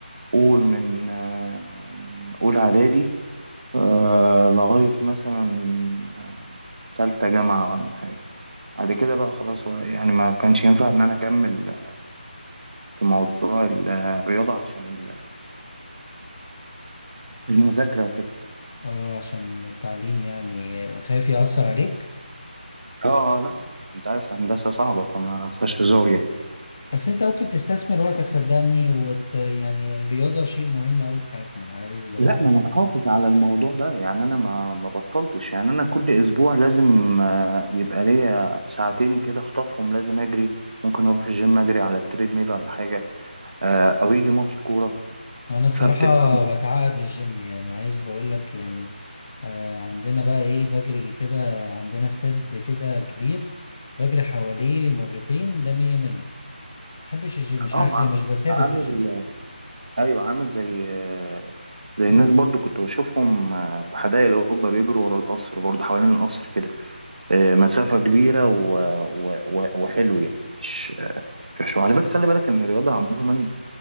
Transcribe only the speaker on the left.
اه عشان التعليم يعني خايف يأثر عليك
بس انت ممكن تستثمر وقتك صدقني وت... يعني الرياضة شيء مهم أوي في حياتنا عايز أقول
لك
يعني
أنا الصراحة
بتعقد من الجيم يعني عايز بقول لك يعني آه عندنا بقى إيه بجري كده عندنا استاد كده كبير بجري حواليه مرتين ده مية مية محبش الجيم مش
عارف
ليه مش بسافر
في الجيم